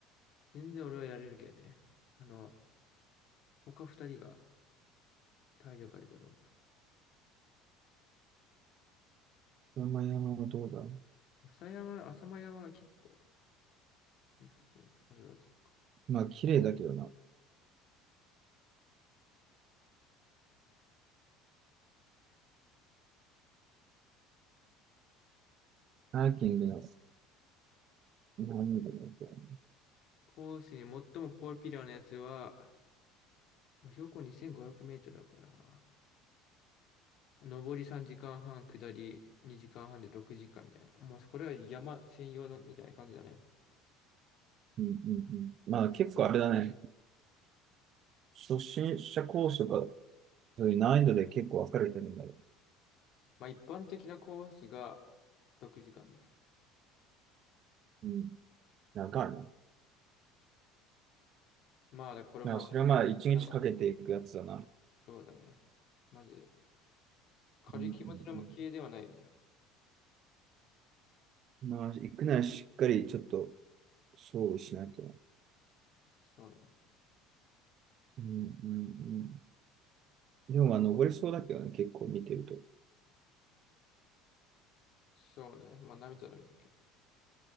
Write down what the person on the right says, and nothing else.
山々はどうだろ
う。まあ、綺麗だけどな。ハーキングの何人かになったよね。
うんうんうん。まあ、結構あれだね。初心者コースとか、そういう難易度で結構分かれてるんだろ
う。うん。長いな。だか
らそれはまあ、一日かけていくやつだな。
うんうんうん、まあ、行くならしっかりちょっと、そうしなきゃ。
うんうんうん、でも、まあ、登れそうだけどね、結構見てると。